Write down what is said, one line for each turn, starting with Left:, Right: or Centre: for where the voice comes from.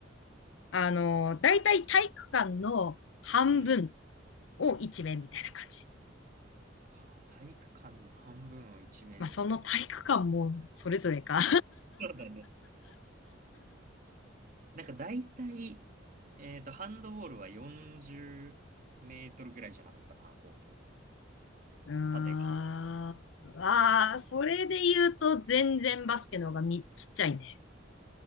Left: あの、だいたい体育館の半分
Right: うん。
Left: を1面みたいな感じ。
Right: はあ体育館の半分を一面。
Left: まあ、その体育館もそれぞれか。
Right: そうだね。なんか大体、えっと、ハンドボールは40メートルぐらいじゃなかったかな、コート。
Left: <laughs> うー
Right: 縦
Left: ん。ああ、それで言うと全然バスケの方がみ、ちっちゃいね。